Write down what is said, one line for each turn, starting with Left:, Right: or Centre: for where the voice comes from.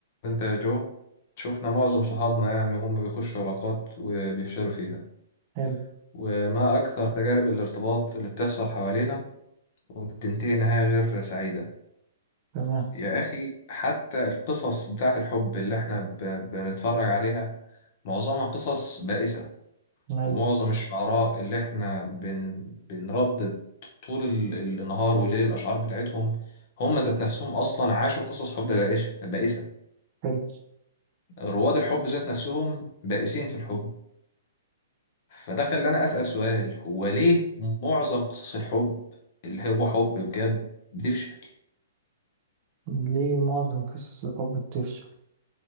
Left: انت يا جو شفنا معظم صحابنا يعني وهم بيخشوا علاقات وبيفشلوا فيها
Right: حلو
Left: وما أكثر تجارب الارتباط اللي بتحصل حوالينا وبتنتهي نهاية غير سعيدة
Right: تمام
Left: يا أخي حتى القصص بتاعة الحب اللي احنا ب- بنتفرج عليها معظمها قصص بائسة
Right: أيوة
Left: ومعظم الشعراء اللي احنا بن بنردد طول ال- النهار والليل الأشعار بتاعتهم هم ذات نفسهم أصلا عاشوا قصص حب بائسة بائسة
Right: حلو
Left: رواد الحب ذات نفسهم بائسين في الحب فده خلاني أسأل سؤال هو ليه معظم قصص الحب اللي هو حب بجد بتفشل
Right: ليه معظم قصص الحب بتفشل